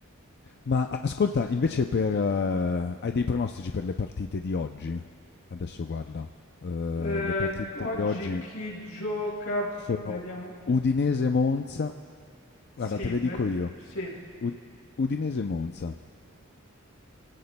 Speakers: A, on the left (about 50°); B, on the left (about 90°).
A: Ma ascolta, invece per, eh, hai dei pronostici per le partite di oggi? Adesso guarda, eh,
B: Eh,
A: le partite
B: oggi
A: di oggi
B: chi gioca?
A: sono
B: Vediamo.
A: Udinese-Monza. Guarda,
B: Sì,
A: te le
B: ver-
A: dico io.
B: sì.
A: Ud- Udinese-Monza.